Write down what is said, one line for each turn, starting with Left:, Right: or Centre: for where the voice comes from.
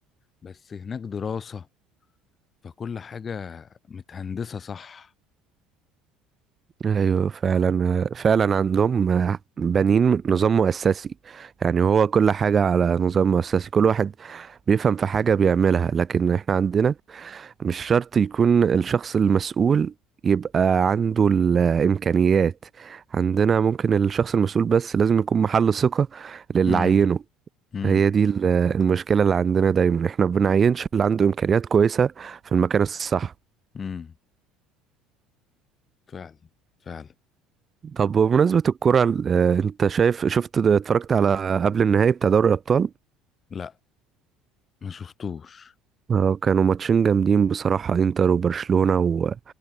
Left: بس هناك دراسة فكل حاجة متهندسة صح
Right: ايوه فعلا فعلا عندهم بنين نظام مؤسسي يعني هو كل حاجة على نظام مؤسسي كل واحد بيفهم في حاجة بيعملها لكن احنا عندنا مش شرط يكون الشخص المسؤول يبقى عنده الإمكانيات عندنا ممكن الشخص المسؤول بس لازم يكون محل ثقة للي
Left: امم
Right: عينه
Left: امم
Right: هي دي ال- المشكلة اللي عندنا دايما احنا بنعينش اللي عنده إمكانيات كويسة في المكان الصح
Left: امم فعلا فعلا
Right: طب بمناسبة الكرة ال- آه، انت شايف شفت اتفرجت على قبل النهائي بتاع دوري الأبطال
Left: لا ما شفتوش
Right: آه، كانوا ماتشين جامدين بصراحة انتر وبرشلونة و-